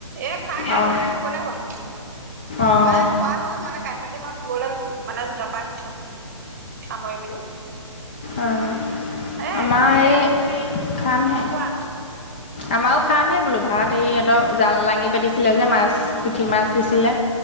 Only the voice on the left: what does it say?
অঁ
অঁ
অ'
আমাৰ
এই খাম হে।
আমাৰো খামহে বোলো ভাত এই এদ জাল লাঙি পাতিছিলে যে মাছ। পুঠি মাছ দিছিলে।